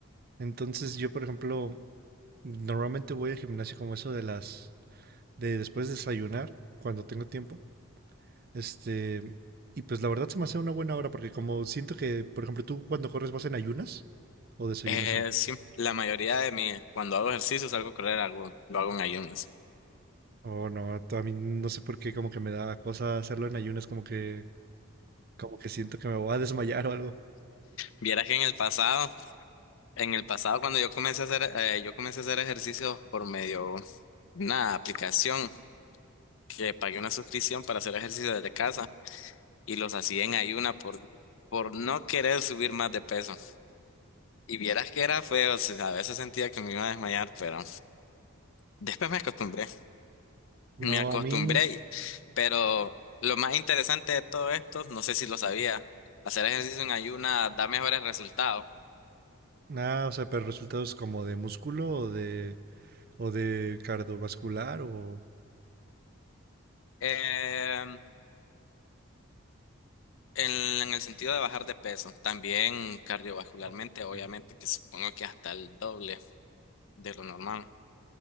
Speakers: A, on the right; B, on the left.
A: entonces yo, por ejemplo, normalmente voy al gimnasio como eso de las, de después de desayunar, cuando tengo tiempo. Este, y pues la verdad se me hace una buena hora porque como siento que, por ejemplo, tú cuando corres vas en ayunas o desayunas
B: Eh,
A: antes.
B: sí, la mayoría de mi, cuando hago ejercicio, salgo a correr, algo, lo hago en ayunas.
A: Oh, no, t- a mí no sé por qué como que me da cosa hacerlo en ayunas, como que como que siento que me voy a desmayar o algo.
B: Vieras que en el pasado, en el pasado cuando yo comencé a hacer, eh, yo comencé a hacer ejercicio por medio de una aplicación que pagué una suscripción para hacer ejercicio desde casa y los hacía en ayuna por, por no querer subir más de peso. Y vieras que era feo, o sea, a veces sentía que me iba a desmayar, pero después me acostumbré. Me
A: No,
B: acostumbré,
A: a mí
B: pero lo más interesante de todo esto, no sé si lo sabía, hacer ejercicio en ayuna da mejores resultados.
A: nada, o sea, pero resultados como de músculo o de o de cardiovascular o
B: Eh, en, en el sentido de bajar de peso, también cardiovascularmente,
A: Ah, ok,
B: obviamente, que supongo que hasta el doble de lo normal.